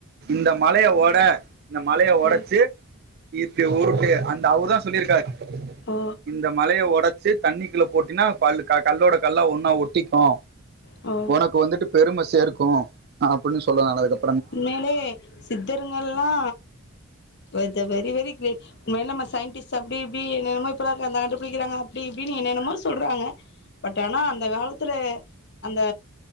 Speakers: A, on the right; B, on the left.
A: இந்த மலைய ஒட இந்த மலைய ஒடச்சு
B: ம்
A: இப்டி உரு க்கு அந்த அவுரு தா சொல்லிருக்காரு
B: ஓ
A: இந்த மலைய ஒடச்சு தண்ணிக்குள்ள போட்டின்னா பல்லு காட் கல்லோட கல்லா ஒன்னா ஒட்டிக்கு
B: ஓ
A: ஒனக்கு வந்துட்டு பெரும சேர்க்கு அப்புட்ன்னு சொல்லுவாங் <unintelligible>
B: உண்மையிலே சித்தர்ங்கல்லா <unintelligible> வெரி வெரி கிரேட் உண்மையிலே நம்ம சயின்டிஸ்ட் அப்டி இப்டி என்னென்னமோ இப்பதா அந்த கண்டுப்புடிக்கிறாங்க அப்டி இப்டின்னு என்னென்னமோ சொல்றாங்க பட் ஆனா அந்த காலத்துலே அந்த